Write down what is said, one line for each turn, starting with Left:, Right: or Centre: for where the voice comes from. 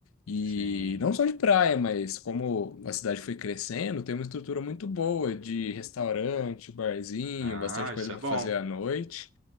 Left: E
Right: sim.
Left: não só de praia, mas como a cidade foi crescendo, tem uma estrutura muito boa de restaurante, barzinho,
Right: Ah,
Left: bastante coisa
Right: isso
Left: para
Right: é bom.
Left: fazer à noite.